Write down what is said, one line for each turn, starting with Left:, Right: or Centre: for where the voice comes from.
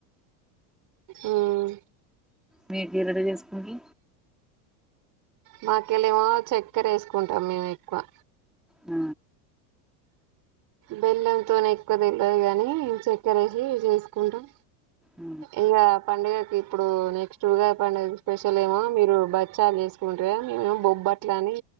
Right: హ్మ్మ్
Centre: మీగడ రెడీ చేసుకొండి
Right: మా కెళ్ళి ఏమో చక్కెర వేసుకుంటాం మేము ఎక్కువ
Centre: ఆ
Right: బెల్లంతోనే ఎక్కువ తెలీదు గానీ చక్కర వేసి చేసుకుంటాం
Centre: ఆ
Right: ఇగ పండగ ఇప్పుడు నెక్స్ట్ ఉగాది పండుగ స్పెషల్ ఏమో మీరు బచ్చాలు చేసుకున్ట్రా మేము బొబ్బట్లు అని